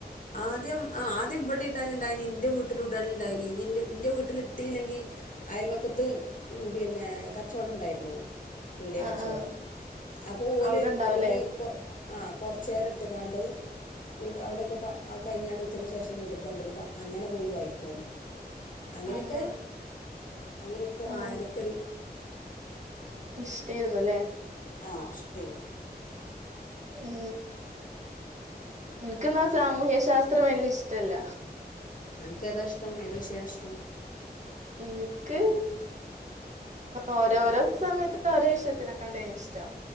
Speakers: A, on the left; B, on the right.
A: ആദ്യം ആ ആദ്യം ഇവിട ഇടലുണ്ടായിനി എന്റെ വീട്ടിലിടാനുണ്ടായിനി എന്റെ വീട്ടിലിട്ടിയില്ലെങ്കിൽ അയൽപക്കത്ത് പിന്നെ കച്ചവടം ഉണ്ടായിരുന്നു പീടിയ
B: ആഹ്
A: കച്ചവടം
B: ആഹ്
A: അപ്പോൾ ഓല്
B: അവിടെ ഉണ്ടാവുല്ലേ
A: ഓല് കൊ ആഹ് കൊറച്ചു നേരം ഇട്ട് കാണ്ട് അവിടൊക്കെ കഴിഞ്ഞാണ്ട് ഉച്ചന്റെ ശേഷം വീട്ടി കൊണ്ടുവരുമ്പോ അങ്ങനെ പോയി വായിക്കും അങ്ങനെയൊക്കെ
B: ആഹ്
A: അങ്ങനെയൊക്കെ വായനക്കൊരു
B: ആഹ് ഇഷ്ടെരുന്നു ല്ലേ
A: ആ ഇഷ്ട്ടേനു
B: ഏ എനിക്കെന്നാ സാമൂഹ്യ ശാസ്ത്രം വല്യ ഇഷ്ടല്ല
A: അനക്കെതായിഷ്ടം ഏത് വിഷയാ ഇഷ്ടം
B: എനിക്ക് ഓരോരോ സമയത്ത് ഓരോ വിഷയത്തിനോട് എനി ഇഷ്ടവും